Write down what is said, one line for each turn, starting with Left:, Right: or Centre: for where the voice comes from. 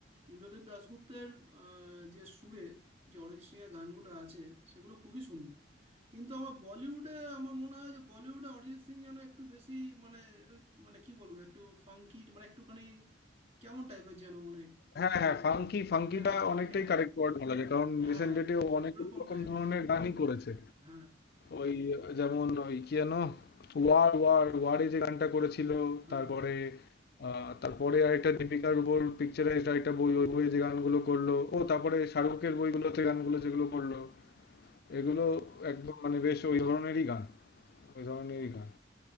Right: ইন্দ্রদীপ দাশগুপ্তের আহ, যে সুরে যে অরিজিৎ সিং এর গানগুলো আছে সেগুলো খুবই সুন্দর কিন্তু আমার বলিউডে আমার মনে হয় যে বলিউডে অরিজিৎ সিং যেন একটু বেশি মানে একটু মানে কি বলবো একটু ফাঙ্কি মানে একটুখানি কেমন টাইপের যেন মানে
Left: হ্যাঁ হ্যাঁ ফাঙ্কি ফাঙ্কিটা
Right: হ্যাঁ ফাঙ্কি
Left: অনেকটাই
Right: হ্যাঁ
Left: কারেক্ট ওয়ার্ড বলা যায় কারণ
Right: হ্যাঁ
Left: রিসেন্ট ডেটে
Right: এই-
Left: ও অনেক
Right: ওরকম
Left: রকম
Right: টাইপের
Left: ধরনের
Right: একটু
Left: গানই করেছে
Right: হ্যাঁ
Left: ওই যেমন ওই কি যেন ওয়ার ওয়ার ওয়ারে যে গানটা করেছিল
Right: হ্যাঁ
Left: তারপরে আহ, তারপরে আরেকটা দীপিকার উপর পিকচারাইজড আরেকটা বই ওই বইয়ে যে গানগুলো করলো ও তারপরে শাহরুখের বইগুলোতে গানগুলো যেগুলো করলো এগুলো
Right: হ্যাঁ
Left: একদম মানে বেশ ওই ধরনেরই গান ওই ধরনেরই গান